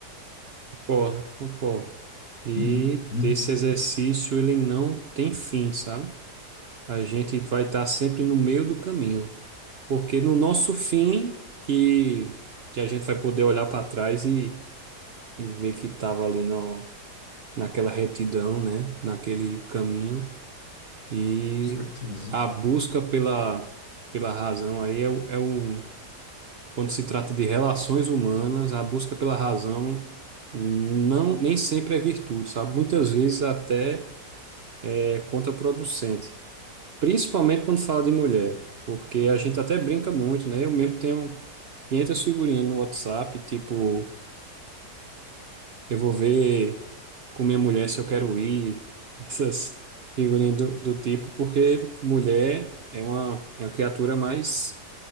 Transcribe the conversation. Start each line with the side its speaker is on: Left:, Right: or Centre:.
Right: concordo, concordo. E
Left: Uhum,
Right: esse exercício, ele não tem fim, sabe? A gente vai estar sempre no meio do caminho, porque no nosso fim que, que a gente vai poder olhar para trás e, e ver que estava ali na, naquela retidão, né? Naquele caminho. E
Left: com certeza.
Right: a busca pela, pela razão aí é, o- é o Quando se trata de relações humanas, a busca pela razão não nem sempre é virtude, sabe? Muitas vezes até é contraproducente, principalmente quando fala de mulher, porque a gente até brinca muito, né? Eu mesmo tenho 500 figurinhas no WhatsApp, tipo, eu vou ver com minha mulher se eu quero ir, essas figurinhas do, do tipo, porque mulher é uma, é uma criatura mais,